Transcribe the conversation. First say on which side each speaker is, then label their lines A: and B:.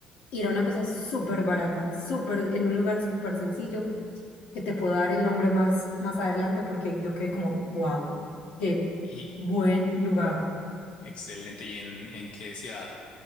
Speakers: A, on the left; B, on the left.
A: Y era una cosa súper barata, súper, en un lugar súper sencillo, que te puedo dar el nombre más, más adelante porque yo quedé como, wow, qué
B: Y
A: buen lugar.
B: excelente. ¿Y en, en qué ciudad?